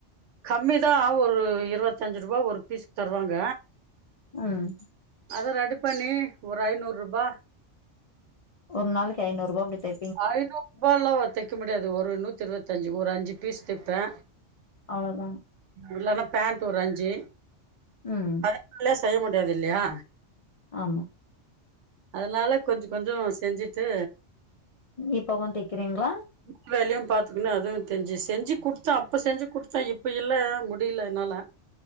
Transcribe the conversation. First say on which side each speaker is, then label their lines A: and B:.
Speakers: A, on the right; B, on the left.
A: கம்மி தா ஒரு இரவத்தஞ்சு ரூபா ஒரு பீஸ்க்கு தருவாங்க
B: ம்
A: அத ரெடி பண்ணி ஒரு ஐநூறுபா
B: ஒரு நாளைக்கு ஐந்நூறுபா அப்டி தெ
A: ஐந்நூறுபால்லா தெக்க முடியாது ஒரு நூத்தி இரவத்தி அஞ்சி ஒரு அஞ்சி பீஸ் தெப்ப
B: அவ்ளோதா
A: இல்லனா பேண்ட்டு ஒரு அஞ்சி
B: ம்
A: அதனால செய்ய முடியாது இல்லையா
B: ஆமா
A: அதனால கொஞ்சோ கொஞ்சோ செஞ்சிட்டு
B: இப்பவு தெக்கிறீங்ளா
A: வீட்டுவேலையு பாத்துக்குனு அதுவு தெஞ்சு செஞ்சி குத்த அப்ப செஞ்சி குடுத்த இப்ப இல்ல முடில என்னால